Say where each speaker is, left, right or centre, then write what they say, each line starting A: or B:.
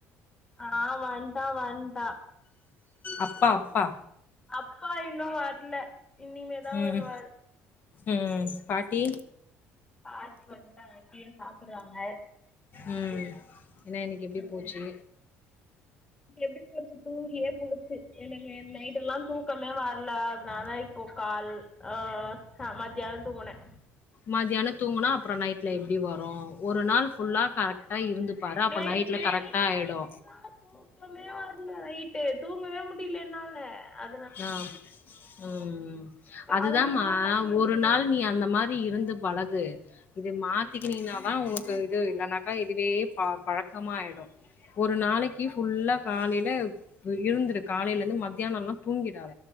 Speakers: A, on the left; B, on the left.
A: ஆ வந்டா வந்டா
B: அப்பா அப்பா
A: அப்பா இன்னு வர்ல இனிமேதா வருவாரு
B: ம் ம் பாட்டி
A: பாட்டி வந்டாங்க கீழே சாப்புட்றாங்க
B: ம் என்னா இன்னைக்கு எப்டி
A: ம்
B: போச்சு
A: எப்டி போச்சு தூங்கியே போச்சு எனக்கு நே நைட்டு எல்லா தூக்கமே வர்ல அதனால இப்போ கால் ஆ ஹ மதியானொ தூங்குனே
B: மதியானொ தூங்குனா அப்றோ நைட்ல எப்டி வரு ஒரு நாள் ஃபுல்லா கரெக்டா இருந்து பாரு அப்ப
A: நேத்து
B: நைட்ல
A: நைட்டு
B: கரெக்டா
A: ஃபுல்லா
B: ஆயிடு
A: தூக்கமே வரல நைட்டு தூங்கவே முடியில என்னால அ
B: ஆ ம் ம்
A: கால்ல
B: அதுதாமா
A: ஃபுல்லா கண்ணு எரிஞ்சுனே
B: ஒரு நாள்
A: இருந்தது
B: நீ அந்த மா ரி இருந்து பழகு இத மாத்திக்கினீனா
A: ம்
B: தா ஒனக் கு இது இல்லன்னாக்கா இதுவே பா பழக்கமாய்டு ஒரு நாளைக்கி ஃபுல்லா காலைல இருந்துரு காலைல இந்து மத்தியானோல்லா தூங்கிடாத